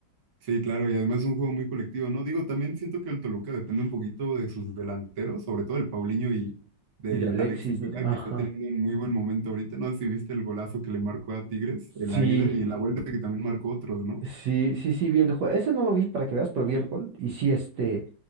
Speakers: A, on the right; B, on the right.
A: Sí, claro, y además es un juego muy colectivo, ¿no? Digo, también siento que el Toluca depende un poquito de sus delanteros, sobre todo el Paulinho y del
B: Y de Alexis,
A: Alexis Vega,
B: ¿no? ajá.
A: que está teniendo un muy buen momento ahorita. No sé si viste el golazo que le marcó a Tigres en
B: Sí,
A: la ida y en la vuelta que también marcó otros, ¿no?
B: sí, sí, sí, vi el juego. Ese no lo vi para que veas, pero vi el gol. Y sí, este,